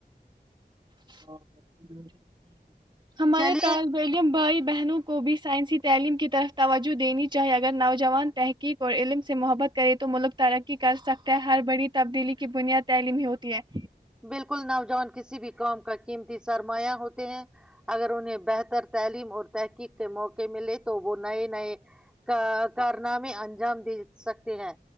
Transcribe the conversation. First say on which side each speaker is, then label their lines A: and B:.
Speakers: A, on the right; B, in the centre.
A: <inaudible> ہمارے
B: چلیے
A: طالب علم بھائی بہنوں کو بھی سائنسی تعلیم کی طرف توجہ دینی چاہیے اگر نوجوان تحقیق اور علم سے محبت کرے تو ملک ترقی کر سکتے ہیں ہر بڑی تبدیلی کی بنیاد تعلیم ہی ہوتی ہے
B: بالکل نوجوان کسی بھی قوم کا قیمتی سرمایہ ہوتے ہیں اگر انہیں بہتر تعلیم اور تحقیق کے موقع ملے تو وہ نئے نئے کارنامے انجام دے سکتے ہیں